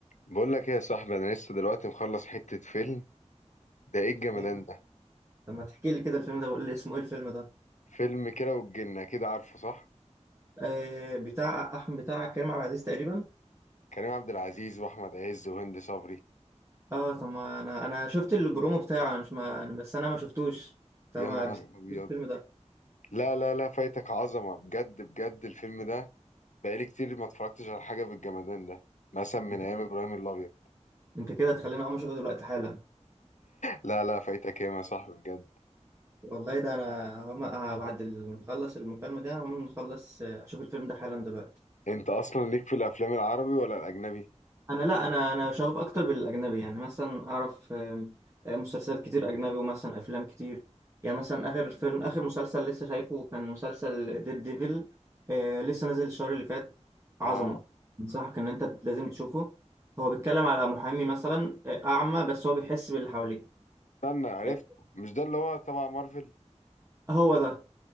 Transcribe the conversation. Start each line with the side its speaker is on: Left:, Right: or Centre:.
Left: بقول لك ايه يا صاحبي انا لسه دلوقتي مخلص حتة فيلم ده ايه الجمدان
Right: إيه؟
Left: ده
Right: طب ما تحكي لي كده الفيلم ده بقول لي اسمه ايه الفيلم ده
Left: فيلم كده والجنة كده عارفه صح
Right: آه بتاع احمد بتاع كريم عبد العزيز تقريبا
Left: كريم عبد العزيز واحمد عز وهند صبري
Right: اه طب ما انا انا شفت البرومو بتاعه انا مش ما أنا- بس انا ما شفتوش طب
Left: يا
Right: ما
Left: نهار
Right: بت-
Left: ابيض
Right: الفيلم ده
Left: لا لا لا فايتك عظمة بجد بجد الفيلم ده بقالي كتير ما اتفرجتش على حاجة بالجمدان ده مثلا من
Right: انت
Left: ايام ابراهيم الابيض
Right: انت كده تخليني اقوم اشوفه دلوقتي حالا
Left: لا لا فايتك ايه يا صاحبي بجد
Right: والله ده انا هقوم- آه، بعد ما نخلص المكالمة دي هقوم نخلص آه، اشوف الفيلم ده حالا دلوقتي
Left: انت اصلا ليك في الافلام العربي ولا الاجنبي
Right: انا لا انا انا شغوف اكتر بالاجنبي يعني مثلا اعرف آم، آم، مسلسلات كتير اجنبي ومثلا افلام كتير يعني مثلا اخر فيلم اخر مسلسل لسه شايفه كان مسلسل ديب ديفل آه، لسه نازل الشهر اللي فات عظمه
Left: اه
Right: انصحك ان انت لازم تشوفه هو بيتكلم على محامي مثلا آه، اعمى بس هو بيحس باللي حواليه
Left: استنى عرفت
Right: آه،
Left: مش ده اللي هو تبع مارفل
Right: هو ده